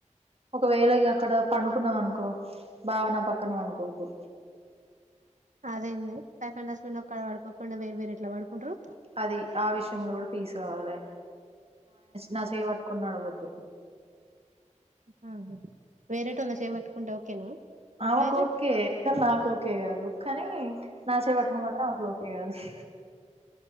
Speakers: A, on the right; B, on the right.
A: ఒకవేళ ఇగ అక్కడ పండుకున్నాం అనుకో బావ నాపక్కన పడుకోవద్దు.
B: అదేంది వైఫ్ అండ్ హస్బెండ్ మీ ఒక్కడా పడుకోకుండా వేరు వేరు ఎట్లా పడుకుంటారు.
A: అది ఆ విషయం లో కూడా పీస్ కావాలే నా చేయి పట్టుకొని నడవోద్దు.
B: ఆ వేరేటోల్ల పట్టుకుంటే ఓకేనా
A: ఆమెకు
B: అట్లయితే
A: ఒకే. కానీ నాకు ఓకే కాదు. కానీ నా చేయి పట్టుకుంటే ఓకే కాదు. <inaudible>